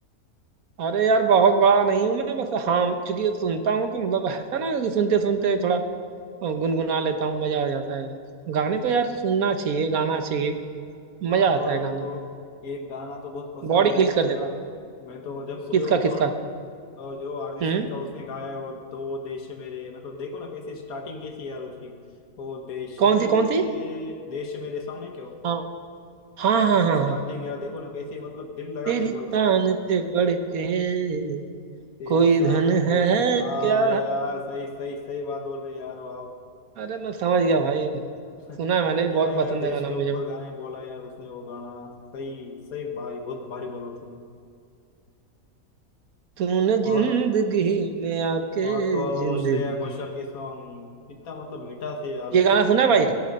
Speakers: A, on the right (about 70°); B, on the left (about 70°).
A: अरे यार बहुत बड़ा नहीं हूँ मैं बस हाँ चूंकि सुनता हूँ तो मतलब ऐसा ना कि सुनते सुनते थोड़ा गुनगुना
B: तो
A: लेता हूँ मजा आ जाता है यार गाने तो यार सुनना चाहिए गाना चाहिए
B: और
A: मजा
B: तो
A: आता
B: और
A: है
B: मेरे
A: गाने
B: को
A: से
B: एक गाना तो बहुत पसंद
A: बॉडी
B: है यार
A: हील
B: उसका
A: कर देता है
B: मैं तो जब सुबह
A: किसका
B: उठता
A: किसका
B: हूँ ना और जो अरिजीत
A: हम्म
B: सिंह का उसने गाया है वो दो देश मेरे मतलब देखो ना कैसे स्टार्टिंग कैसी है यार उसकी वो देश
A: कौन
B: मेरे
A: सी कौन सी
B: देश मेरे सॉन्ग है क्यों
A: हाँ हाँ हाँ
B: उसकी
A: हाँ
B: स्टार्टिंग
A: हाँ
B: यार देखो ना कैसे मतलब दिल लगा
A: तेरी
B: के बोलता
A: तान
B: है
A: से बढ़ के
B: तेरी
A: कोई
B: शान
A: धन
B: पे
A: है
B: हाँ
A: क्या
B: यार सही सही सही बात बोल रहे यार वाह
A: अरे मैं समझ गया भाई
B: <laughs>
A: सुना है मैंने भी बहुत
B: क्या यार
A: पसंद
B: देश
A: है गाना
B: के
A: मुझे
B: ऊपर
A: वो।
B: गाने बोला यार उसने वो गाना सही सही भारी बहुत भारी बोला उसने
A: तूने जिंदगी
B: और
A: में आके
B: और तो और वो
A: जिंदगी
B: श्रेया घोषाल के सॉन्ग कितना मतलब मीठा से यार उसके
A: ये गाना
B: गाने
A: सुना
B: में
A: है भाई